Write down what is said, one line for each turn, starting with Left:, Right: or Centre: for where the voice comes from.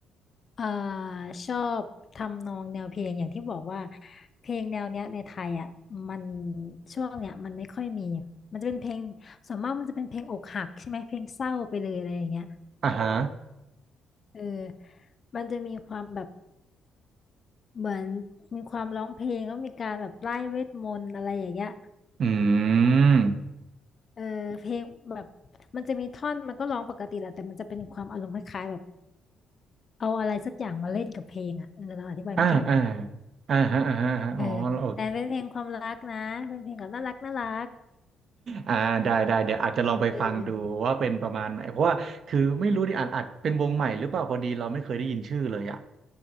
Left: เอ่อชอบทำนองแนวเพลงอย่างที่บอกว่าเพลงแนวเนี้ยในไทยอ่ะมันช่วงเนี้ยมันไม่ค่อยมีมันจะเป็นเพลงส่วนมากมันจะเป็นเพลงอกหักใช่ไหมเพลงเศร้าไปเลยอะไรอย่างเงี้ย
Right: อ่าฮะ
Left: เออมันจะมีความแบบเหมือนมีความร้องเพลงแล้วมีการแบบไล่เวทมนต์อะไรอย่างเงี้ย
Right: อืม
Left: เออเพลงแบบมันจะมีท่อนมันก็ร้องปกติแหละแต่มันจะเป็นความอารมณ์คล้ายๆแบบเอาอะไรสักอย่างมาเล่นกับเพลงอ่ะเออเราอธิบายไม่ถูก
Right: อ่าอ่าอ่าฮะอ่าฮะอ่าฮะอ๋อโอเค
Left: เออแต่เป็นเพลงความรักนะเป็นเพลงแบบน่ารักน่ารัก
Right: อ่าได้ได้เดี๋ยวอาจจะลองไปฟังดูว่าเป็นประมาณไหนเพราะว่าคือไม่รู้ดิอาจอาจเป็นวงใหม่หรือเปล่าพอดีเราไม่เคยได้ยินชื่อเลยอ่ะ
Left: เออ